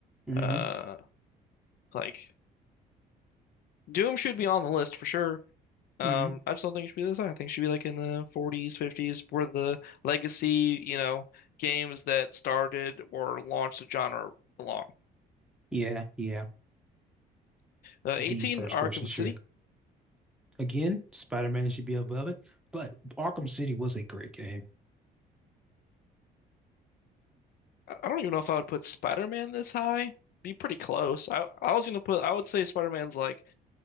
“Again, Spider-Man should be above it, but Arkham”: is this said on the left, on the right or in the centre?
Centre